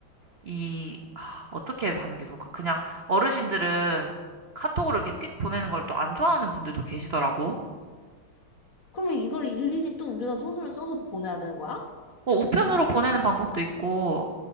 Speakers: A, on the right (about 50°); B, on the left (about 45°).
A: 이, 하, 어떻게 하는 게 좋을까? 그냥 어르신들은 카톡으로 이렇게 띡 보내는 걸 또 안 좋아하는 분들도 계시더라고.
B: 그러면 이걸 일일이 또 우리가 손으로 써서 보내야 되는 거야?
A: 뭐 우편으로 보내는 방법도 있고,